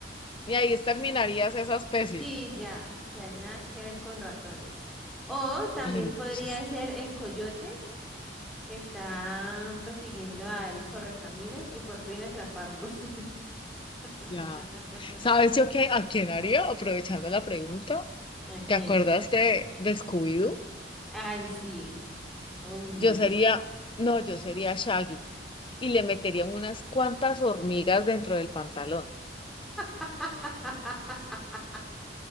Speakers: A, on the left; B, in the centre.
A: Y ahí terminarías esa especie.
B: Sí, ya, o sea, nada que ver con ratones. O también
A: Ay, muy
B: podría
A: chistoso.
B: ser el coyote que está persiguiendo al correcaminos y por fin atraparlos. <laughs>
A: Ya. ¿Sabes yo qué? ¿A quién haría? Aprovechando la pregunta.
B: Aquí.
A: ¿Te acuerdas de, de Scooby-Doo?
B: Ay, sí, odio.
A: Yo sería, no, yo sería Shaggy. Y le metería unas cuantas hormigas dentro del pantalón.
B: <laughs>